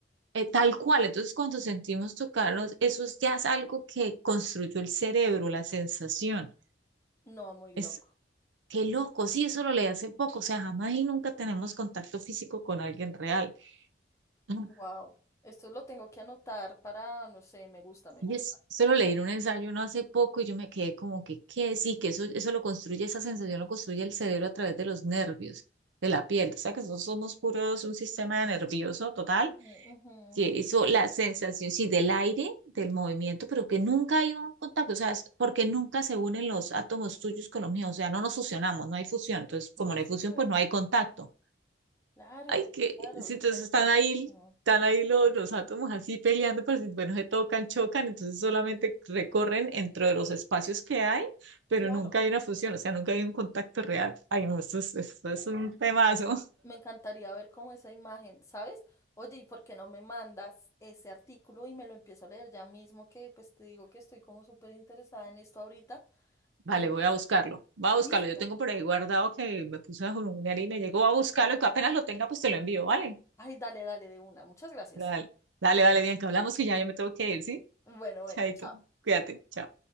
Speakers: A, on the right (about 80°); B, on the left (about 15°).
A: Eh, tal cual, entonces cuando sentimos tocarnos, eso es- ya es algo que construyó el cerebro, la sensación.
B: no, muy loco.
A: Es qué loco, sí, eso lo leí hace poco, o sea, jamás y nunca tenemos contacto físico con alguien real. Ah,
B: Wow, esto lo tengo que anotar para, no sé, me gusta, me
A: Y
B: gusta.
A: es- eso lo leí en un ensayo no hace poco y yo me quedé como que, ¿qué? Sí, que eso, eso lo construye, esa sensación lo construye el cerebro a través de los nervios, de la piel. O sea, que nosotros somos puros un sistema nervioso total
B: Ujú, ujú.
A: que eso, la sensación, sí, del aire, del movimiento, pero que nunca hay un contacto, o sea, es porque nunca se unen los átomos tuyos con los míos, o sea, no nos fusionamos, no hay fusión, entonces como
B: No hay
A: no
B: función.
A: hay fusión, pues no hay contacto.
B: Claro,
A: Ay, que,
B: claro,
A: sí,
B: interesantísimo.
A: entonces están ahí, están ahí los, los átomos así peleando, pero si, bueno, se tocan, chocan, entonces solamente recorren entre los espacios que hay, pero
B: Claro.
A: nunca hay una fusión, o sea, nunca hay un contacto real. Ay, no, esto es, esto
B: Wow.
A: es un temazo.
B: Me encantaría ver cómo esa imagen, ¿sabes? Oye, ¿y por qué no me mandas ese artículo y me lo empiezo a leer ya mismo? Que pues te digo que estoy como súper interesada en esto ahorita.
A: Vale,
B: Me...
A: voy a buscarlo. Va a
B: Listo.
A: buscarlo. Yo tengo por ahí guardado que me puse a julunear y me llegó a buscarlo y que apenas lo tenga, pues te lo envío, ¿vale?
B: Ay, dale, dale de una. Muchas gracias.
A: Dale, dale, dale, Bianca. Hablamos que ya yo me tengo que ir, ¿sí?
B: Bueno, bueno,
A: Chaito.
B: chao.
A: Cuídate. Chao.